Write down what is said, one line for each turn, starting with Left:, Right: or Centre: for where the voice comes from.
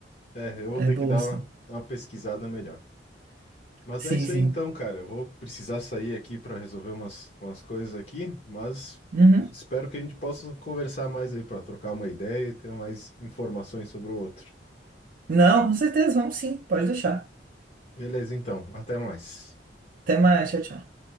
Left: É, eu
Right: é
Left: vou ter
Right: boa,
Left: que dar
Right: assim.
Left: uma, uma pesquisada melhor. Mas
Right: Sim,
Left: é isso
Right: sim.
Left: aí então, cara. Eu vou precisar sair aqui para resolver umas, umas coisas aqui, mas
Right: Uhum.
Left: espero que a gente possa conversar mais aí para trocar uma ideia e ter mais informações sobre o outro.
Right: Não, com certeza, vamos sim, pode deixar.
Left: Beleza, então. Até mais.
Right: Até mais, tchau, tchau.